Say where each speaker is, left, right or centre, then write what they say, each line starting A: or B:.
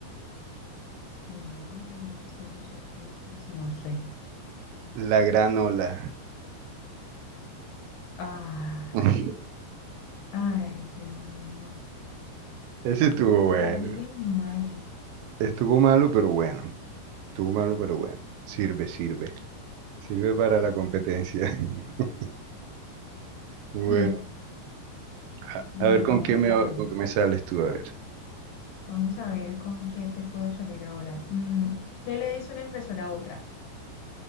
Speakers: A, on the left; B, on the right.
A: Cereal que me gustan los surfistas, no sé.
B: La granola.
A: Ay,
B: <laughs>
A: ay, Dios mío, no.
B: Ese
A: Ese
B: estuvo
A: sí está
B: bueno.
A: bien malo.
B: Estuvo malo, pero bueno. Estuvo malo, pero bueno. Sirve, sirve. Sirve para la competencia. <laughs> Bueno,
A: Mm,
B: a,
A: bueno,
B: a ver con
A: vamos
B: qué me,
A: a ver.
B: con qué me sales tú, a ver.
A: Vamos a ver con qué te puedo salir ahora. Mm, ¿qué le dice una impresora a otra?